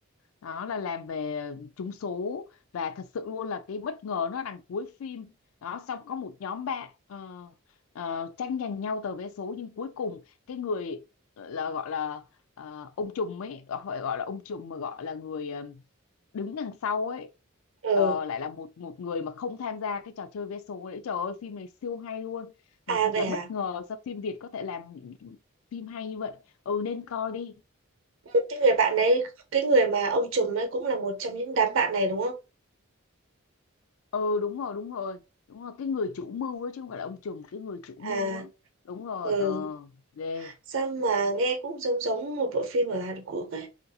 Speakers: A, on the left; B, on the right.
A: Đó là làm về trúng số và thật sự luôn là cái bất ngờ nó đằng cuối phim đó xong có một nhóm bạn ờ, ờ, tranh giành nhau tờ vé số nhưng cuối cùng cái người ờ, là gọi là ờ, ông trùm ấy gọi- phải gọi là ông trùm mà gọi là người ờ, đứng đằng sau ấy
B: Ừ,
A: ờ, lại là một một người mà không tham gia cái trò chơi vé số đấy trời ơi phim này siêu hay luôn
B: à
A: mà thật
B: vậy
A: là
B: hả?
A: bất ngờ sao phim Việt có thể làm phim hay như vậy ừ nên coi đi
B: Ừ, Cái người bạn đấy, cái người mà ông trùm ấy cũng là một trong những đám bạn này đúng không?
A: ừ đúng rồi đúng rồi đúng rồi cái người chủ mưu á chứ không phải là ông trùm cái người chủ mưu
B: À,
A: á đúng rồi
B: ừ.
A: ờ ghê
B: Sao mà nghe cũng giống giống một bộ phim ở Hàn Quốc ấy.